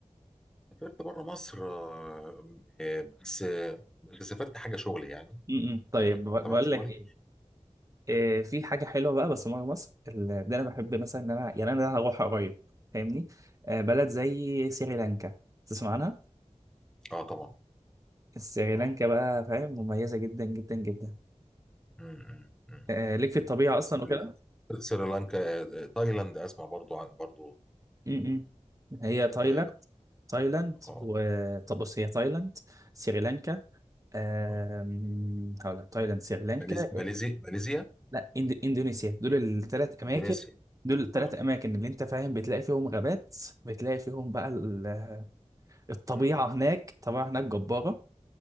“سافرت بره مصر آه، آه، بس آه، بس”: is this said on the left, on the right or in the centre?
Centre